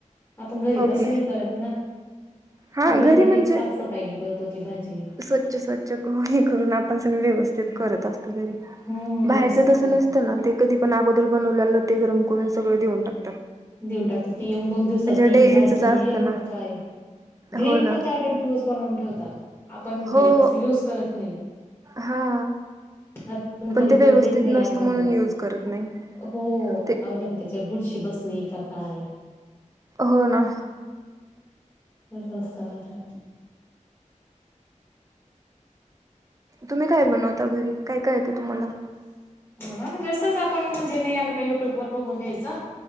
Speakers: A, on the left; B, on the right.
A: आपण घरी
B: ओके
A: तसं नाही करत ना? आपण
B: हा घरी
A: किती
B: म्हणजे,
A: साफसफाईने करतो ती भाजी.
B: स्वच्छ स्वच्छ करून हे करून आपण सगळ व्यवस्थित करत असतो.
A: हो
B: बाहेरच
A: व्यवस्थित
B: तसं
A: करतो.
B: नसतं ना ते कधी पण आगो बनवल्याला ते गरम करून सगळं देऊन टाक.
A: देऊन टाकतात. ती एक, दोन दिवसाची
B: डेलीचच
A: भाजी
B: असतं
A: ये?
B: ना
A: का काय आहे? ग्रेवी
B: हो ना
A: पण त्या आठ आठ दिवस बनवून ठेवता. आपण घरी
B: हो हो.
A: तस युज करत नाही.
B: हा.
A: आपण घरी
B: ते व्यवस्थित
A: करू देत नाही
B: नसतं
A: आपण
B: म्हणून
A: यवस
B: यूज करत नाही.
A: हो
B: ते
A: म्हणजे त्याच्या बुरशी बस ली आता काय?
B: हो ना.
A: संस्काराच य.
B: तुम्ही काय बनवता घरी? काय काय येतं तुम्हाला?
A: नाही म्हणजे असंच आपण म्हणजे नाही आल का युट्युब वर बघून घ्यायचं.